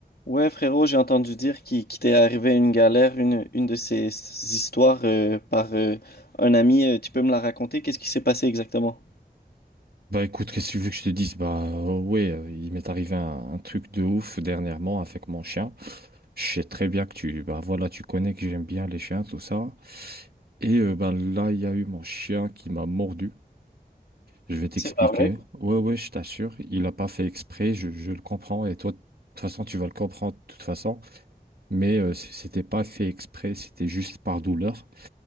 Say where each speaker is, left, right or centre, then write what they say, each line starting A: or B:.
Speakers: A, on the left; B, on the right.
A: Ouais, frérot, j'ai entendu dire qu'il qu'il t'est arrivé une galère, une, une de ces ces histoires euh, par euh, un ami. Euh, tu peux me la raconter? Qu'est-ce qui s'est passé exactement?
B: Bah écoute, qu'est-ce que tu veux que je te dise? Bah euh, ouais, euh, il m'est arrivé un, un truc de ouf dernièrement avec mon chien. Je sais très bien que tu, bah voilà, tu connais que j'aime bien les chiens, tout ça. Et euh, bah là, il y a eu mon chien qui m'a mordu. Je vais t'expliquer.
A: C'est pas vrai?
B: Ouais, ouais, je t'assure, il a pas fait exprès, je, je le comprends. Et toi, de toute façon, tu vas le comprendre de toute façon. Mais euh, c- c'était pas fait exprès, c'était juste par douleur.